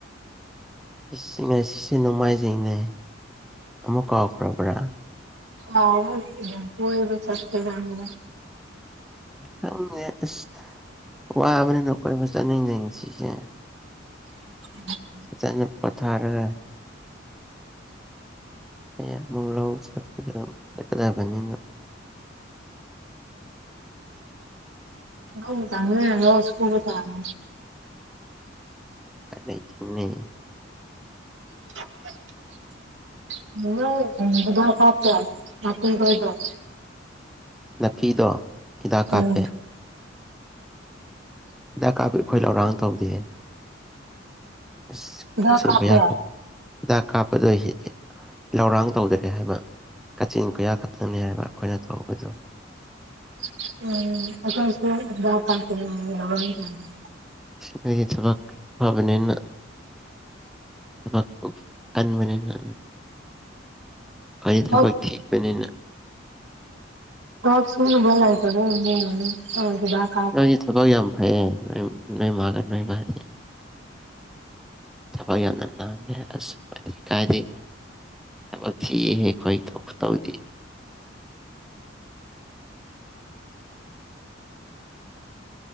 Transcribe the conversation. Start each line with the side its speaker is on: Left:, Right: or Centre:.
Centre: ꯉꯁꯤ ꯑꯁꯤ ꯑꯁꯤꯁꯦ ꯅꯣꯡꯃꯥꯏꯖꯤꯡꯅꯦ ꯑꯃꯨ ꯀꯥꯎꯈ꯭ꯔꯕ꯭ꯔꯥ
Right: ꯑꯥꯎꯣꯏꯕ ꯆꯠꯄ ꯗ
Centre: ꯎ ꯈꯪꯗ ꯑꯁ ꯋꯥꯕꯅ ꯅꯈꯣꯏ ꯑꯃ ꯆꯠꯅꯤꯡꯗꯦ ꯉꯁꯤꯁꯦ
Right: <unintelligible>
Centre: ꯑꯆꯅ ꯄꫭꯊꯔ <unintelligible>
Right: ꯍ ꯇꯃꯦ ꯂꯣꯁꯨꯕ ꯇꯔ
Centre: ꯑꯩꯁꯨꯅ
Right: <unintelligible> <unintelligible> <unintelligible> <unintelligible>
Centre: ꯅꯥꯐꯤꯗꯣ ꯍꯤꯗꯥꯛ ꯀꯥꯞꯄꯦ
Right: ꯎꯝ
Centre: ꯍꯤꯗꯥꯛ ꯀꯥꯕꯨ ꯑꯩꯈꯣꯏ ꯂꯧꯔꯥꯡ ꯇꯧꯗꯦ ꯑꯁ
Right: ꯍꯤꯗꯥꯛ
Centre: ꯀꯛꯆꯤꯡ
Right: ꯀꯥꯞꯄꯦ
Centre: ꯑꯩꯏꯌꯥ ꯍꯤꯗꯥꯛ ꯀꯥꯞꯄꯗꯣꯏ ꯍꯦꯛ ꯂꯧꯔꯥꯡ ꯇꯧꯗ꯭ꯔꯦ ꯍꯥꯏꯕ ꯀꯥꯆꯤꯟ ꯀꯣꯏꯌꯥ ꯈꯛꯇꯪꯅꯤ ꯍꯥꯏꯕ ꯑꯩꯈꯣꯏꯅ ꯊꯣꯛꯕꯗꯣ
Right: ꯎꯝ ꯑ <unintelligible>
Centre: ꯅꫭꯏꯗꯤ ꯊꯕꯛ ꯐꯕꯅꯤꯅ ꯊꯕꯛ ꯇꯨꯀꯟꯕ ꯅꯤꯅ ꯐꯔꯤ ꯊꯕꯛ
Right: ꯍꯣꯏ
Centre: ꯊꯕꯅꯤꯅ
Right: ꯊꯕꯛ <unintelligible>
Centre: ꯅꯣꯏꯁꯤ ꯊꯕꯛ ꯌꯥꯝ ꯐꯩꯌꯦ ꯅꯣꯏ ꯅꯣꯏ ꯃꯥꯒ ꯅꯣꯏ ꯃꯥꯁꯦ ꯊꯕꯛ ꯌꯥꯝꯅ ꯄꯥꯝꯃꯤ <unintelligible> ꯊꯕꯛ ꯊꯤꯍꯦ ꯑꯩꯈꯣꯏ ꯈꯨ ꯇꯧꯗꯦ